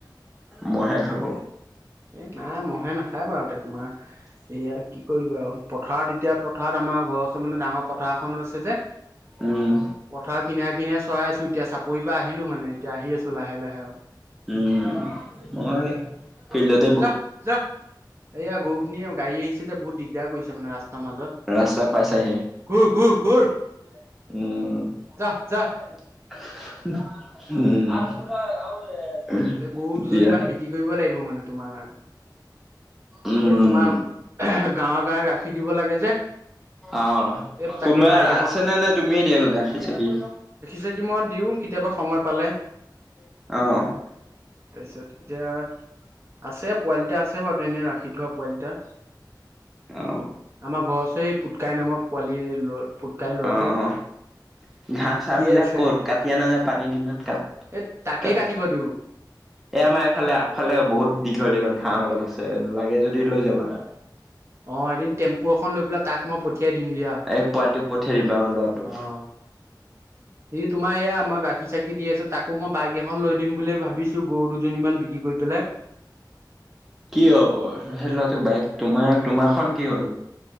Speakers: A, in the centre; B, on the right.
A: ম'হে খাব।
B: এ' নাই ম'হে নাখায় বাৰু তে তোমাৰ এইয়া কি কৰিবা আৰু। পথাৰত এতিয়া পথাৰত আমাৰ ঘৰৰ ওচৰত মানে ডাঙৰ পথাৰখনত আছে যে
A: উম
B: পথাৰৰ কিনাই- কিনাই চৰাই আছো এতিয়া চাপৰিৰ পৰা আহিলো মানে এতিয়া আহি আছো লাহে -লাহে আৰু।
A: উম, মই ফিল্ডত
B: যাহ-যাহ এইয়া গৰুখিনিয়ে গাড়ী আহিছে যে বহুত দিগদাৰ কৰিছে মানে ৰাস্তা ৰাস্তাৰ মাজত,
A: ৰাস্তা পাইছাহি
B: ঘূৰ- ঘূৰ- ঘূৰ।
A: উম
B: যা যা
A: উম
B: এ' গৰু দুজনী
A: দিয়া
B: মান বিক্ৰী কৰিব লাগিব মানে তোমাৰ
A: উম
B: এই তোমাৰ গাঁৱে- গাঁৱে ৰাশি দিব লাগে যে।
A: অ',
B: এই তাকে
A: কোনোবাই
B: বাইক এখন
A: আছেনে নে তুমিয়ে দিয়া গাখীৰ চাকি?
B: গাখীৰ মই দিওঁ কেতিয়াবা সময় পালে।
A: অ',
B: তাৰপিছত এতিয়া আছে পোৱালি এটা আছে বাৰু তেনে ৰাখি থোৱা পোৱালি এটা।
A: অ
B: আমাৰ ঘৰ ওপৰে পুটকাই নামৰ পোৱালি ল'ৰা পুটকাই। ল'ৰাটো
A: অঁ অঁ ঘাঁহ চাহ
B: সিয়ে
A: বিলাক
B: আছে
A: ক'ত কাটি আনানে পানী দিনত কাটা?
B: এই তাকেই
A: তা'ত
B: কাটিব দিওঁ
A: এ' আমাৰ এইফালে আগফালে বহুত- দীঘল দীঘল ঘাঁহ অলপ আছে লাগে যদি পঠিয়াই দিলে হ'ল।
B: অঁ এদিন টেম্পু এখন লৈ পেলাই তাক মই- পঠিয়াই দিম দিয়া।
A: এই পোৱালিটোক পঠিয়াই দিবা অ ল'ৰাটোক।
B: অঁ সি তোমাৰ এইয়া আমাৰ গাখীৰ চাখি দি আছে তাকো মই বাইক এখন লৈ দিম বুলি ভাবিছো গৰু দুজনীমান বিক্ৰী কৰি- পেলাই।
A: কি অঁ সেই লৰাটোক বাইক তোমাৰ তোমাৰখন কি হ'ল?